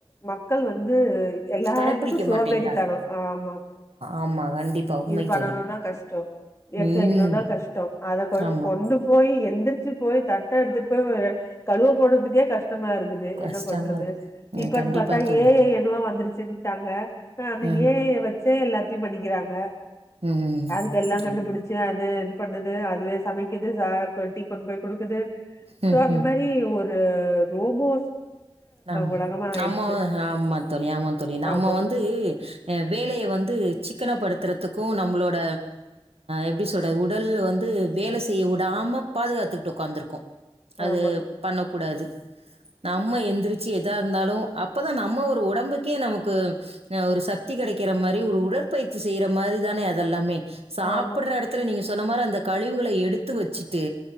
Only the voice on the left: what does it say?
மக்கள் வந்து எல்லாத்துக்கு
சோம்பேறித்தனோ
ஆமா
இது பண்ணணுனா
கஷ்டோ எடுத்து
வெக்கணும்னா கஷ்டோ அத
கொண்டு போய் எந்திர் ச்சு போய் தட்ட எடுத்துட்டு போய் கழுவ போடுறதுக்கே கஷ் டமா இருக்குது
என்ன பண்றது
இப்பன்னு
பாத்தா
ஏ ஐனு ஏதோ வந்துருச்சுட்டாங்க அந்த
ஏ ஐ வெச்சே எல்லாத்தையு பண்ணிக்கிறாங்க
அதுக்கு எல்லா கண்டுபுடுச்சு
அது இது பண்ணுது அதுவே சமைக்குது டீ கொண்டு போய் குடுக்குது
சோ அந்த மாரி ஒரு ஒரு ரோபோ
உலகமா
ஆயிடுச்சு
ஆமா
ஆமா
ஆமா